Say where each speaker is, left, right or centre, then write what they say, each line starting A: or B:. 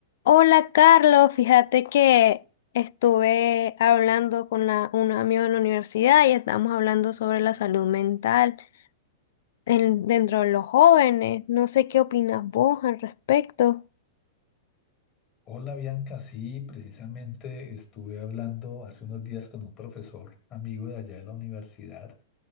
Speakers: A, on the left; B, on the left.
A: Hola Carlos, fíjate que estuve hablando con la- un amigo en la universidad y estamos hablando sobre la salud mental en- dentro de los jóvenes. No sé qué opinas vos al respecto.
B: Hola Bianca, sí, precisamente estuve hablando hace unos días con un profesor amigo de allá de la universidad